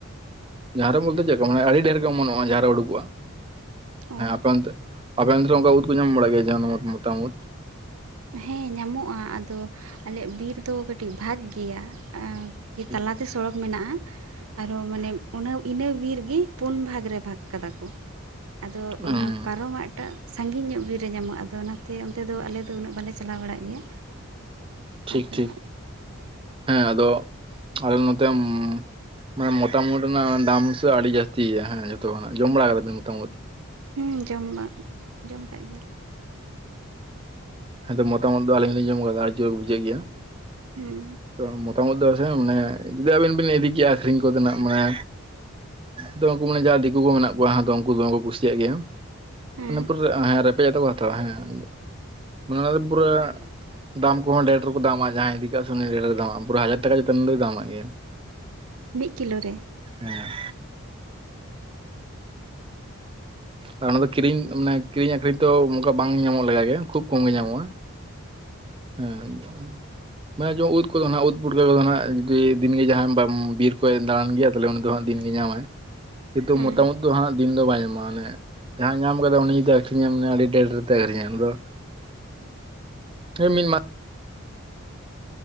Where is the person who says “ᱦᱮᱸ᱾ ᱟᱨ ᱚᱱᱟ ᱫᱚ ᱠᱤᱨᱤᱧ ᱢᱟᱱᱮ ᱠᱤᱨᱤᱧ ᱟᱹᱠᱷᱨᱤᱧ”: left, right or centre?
Right